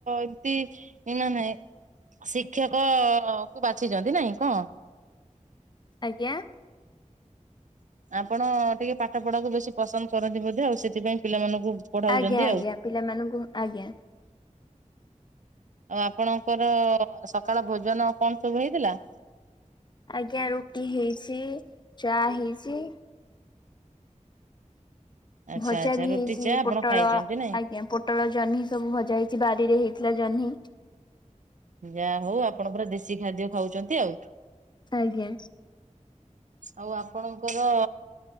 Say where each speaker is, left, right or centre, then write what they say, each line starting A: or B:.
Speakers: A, on the right; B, on the left.
A: ଏମତି ମାନେ ଶିକ୍ଷକ କୁ ବାଛିଛନ୍ତି ନାଇଁ କଣ।
B: ଆଜ୍ଞା
A: ଆପଣ ଟିକେ ପାଠ ପଢାକୁ ବେଶୀ ପସନ୍ଦ କରନ୍ତି ବୋଧେ ଆଉ ସେଥିପାଇଁ ପିଲାମାନଙ୍କୁ ପଢାଉଛନ୍ତି
B: ଆଜ୍ଞା ଆଜ୍ଞା
A: ଆଉ।
B: ପିଲାମାନଙ୍କୁ ଆଜ୍ଞା
A: ଆଉ ଆପଣଙ୍କର ସକାଳ ଭୋଜନ କଣ ସବୁ ହେଇଥିଲା?
B: ଆଜ୍ଞା ରୁଟି ହେଇଛି ଚା ହେଇଛି।
A: ଆଚ୍ଛା
B: ଭଜା
A: ଆଚ୍ଛା
B: ବି
A: ରୁଟି
B: ହେଇଛି
A: ଚା ଆପଣ
B: ପୋଟଳ
A: ଖାଇଛନ୍ତି ନାଇଁ।
B: ଆଜ୍ଞା ପୋ ପୋଟଳ ଜହ୍ନି ସବୁ ଭଜା ହେଇଛି ବାରିରେ ହେଇଥିଲା ଜହ୍ନି।
A: ଯାହା ହଉ ଆପଣ ପୁରା ଦେଶୀ ଖାଦ୍ୟ ଖାଉଛନ୍ତି ଆଉ।
B: ଆଜ୍ଞା।
A: ଆଉ ଆପଣଙ୍କର